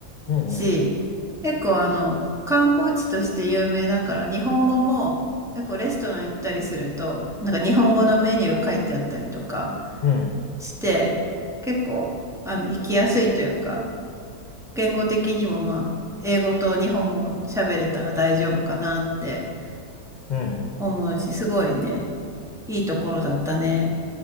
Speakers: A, on the left; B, in the centre.
A: うんうん。
B: し、結構あの、観光地として有名だから日本語も結構レストラン行ったりすると、なんか日本語のメニュー書いてあったりとか
A: うん。
B: して、結構あの、行きやすいというか、言語的にもまあ、英語と日本語喋れたら大丈夫かなって
A: うん
B: 思うし、すごいね。いいところだったね。